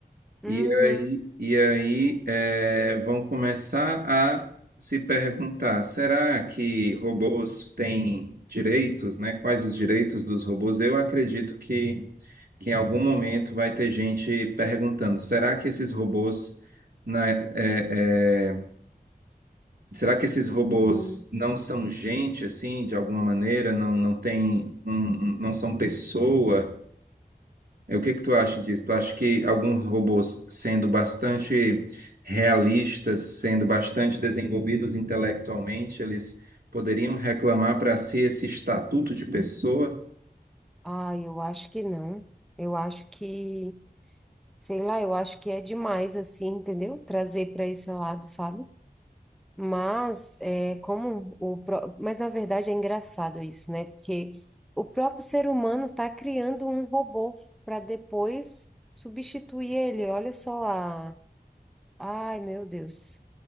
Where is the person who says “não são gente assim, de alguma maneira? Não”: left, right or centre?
Right